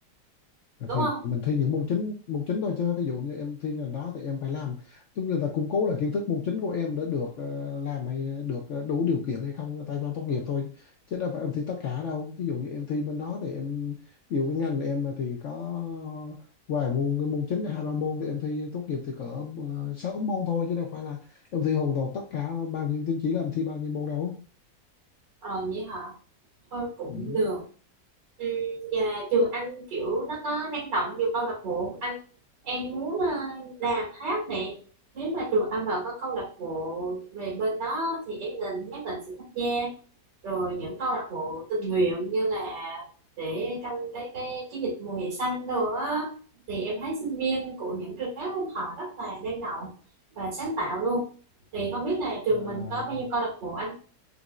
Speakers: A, on the left; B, on the right.
A: À,
B: Đúng
A: thì
B: không?
A: mình thi những môn chính môn chính thôi chứ ví dụ như em thi ngành đó thì em phải làm chúng người ta củng cố lại kiến thức môn chính của em để được ờ, làm hay được ờ, đủ điều kiện hay không tại sao tốt nghiệp thôi chứ đâu phải em thi tất cả đâu ví dụ như em thi bên đó thì em ví dụ cái ngành em mà thì có vài môn cái môn chính hai ba môn thì em thi tốt nghiệp thì cỡ ờ, sáu môn thôi chứ đâu phải là em thi hoàn toàn tất cả bao nhiêu tín chỉ là em thi bao nhiêu môn đâu
B: Rồi vậy hả? Thôi cũng
A: ừ.
B: được ừ, Và trường anh kiểu nó có năng động nhiều câu lạc bộ không anh Em muốn ờ, đàn hát nè Nếu mà trường anh mà có câu lạc bộ về bên đó Thì em định nhất định sẽ tham gia rồi những câu lạc bộ tình nguyện như là để trong cái cái chiến dịch mùa hè xanh đồ á thì em thấy sinh viên của những trường khác họ rất là năng động và sáng tạo
A: Ừ.
B: luôn thì không biết là trường
A: à,
B: mình có bao nhiêu câu lạc bộ anh